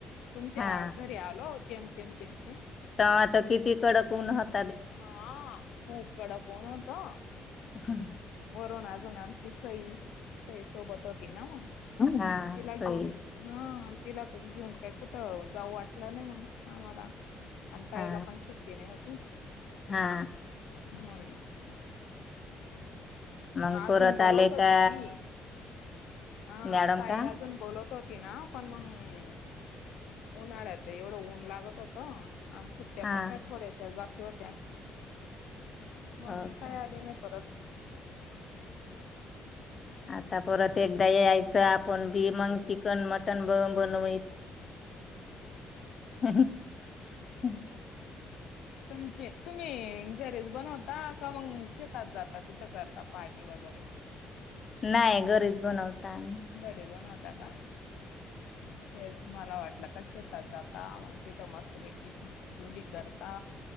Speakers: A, on the left; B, on the left.
A: तुमच्या
B: हा
A: घरी आल. जमतेम जमतेम.
B: तर आता किती कडक उनात
A: हा खूप कडा कोणता?
B: असा.
A: रव ना आग ना. सई सई सोबत होती ना म
B: हा
A: तिला
B: होई
A: घेऊन हा तिला घेऊन काय कुठं जाऊ वाटलं नाही मग आम्हाला आणि ताईला
B: हा
A: पण सुट्टी नाही होती.
B: हा.
A: <unintelligible>
B: मग
A: अजून
B: पररत
A: बोलवत
B: आले
A: होती
B: का
A: ती हा
B: मॅडम
A: ताई
B: का
A: अजून बोलवत होत ना पण मग उन्हाळ्याच एवढं ऊन लागत होत आणि सुट्ट्या
B: हा
A: पण काय थोड्याशा बाकी होत्या. म्हणून
B: हो का
A: काय आले नाही परत
B: आता परत एकदा यायचं आपण भी मंग चिकन मटन ब बनव हम्म.
A: तुमचे तुम्ही घरेच बनवता का मग शेतात जाता तिथं करता पार्टी वगैरे.
B: नाही घरीच बनवता आम्ही.
A: घरेज बन होता का तेच मला वाटलं का शेतातचा जाता म तिथ मस्त पैकी चुली करता